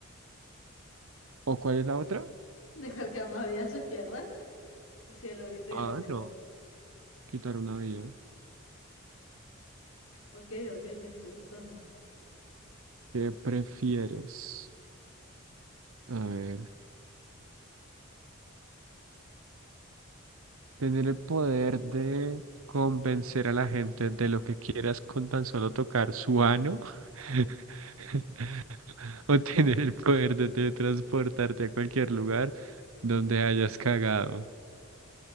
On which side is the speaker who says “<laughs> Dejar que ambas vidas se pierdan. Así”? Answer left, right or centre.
Left